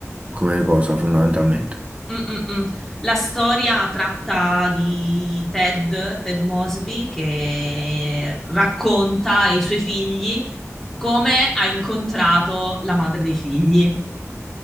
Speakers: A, on the right; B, in the centre.
A: come cosa, fondamentalmente.
B: Mm-mm-mm. La storia tratta di Ted, Ted Mosby, che racconta ai suoi figli come ha incontrato la madre dei figli.